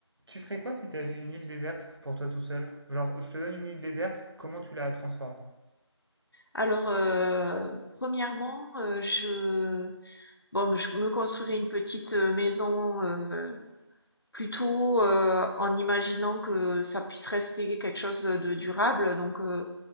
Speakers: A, on the right; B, on the left.
A: Tu ferais quoi si t'avais une île déserte pour toi tout seul Genre, je te donne une île déserte, comment tu la transformes
B: Alors, euh, premièrement, euh, je, bon, je me construirai une petite euh, maison euh, plutôt euh, en imaginant que ça puisse rester quelque chose de durable. Donc, euh,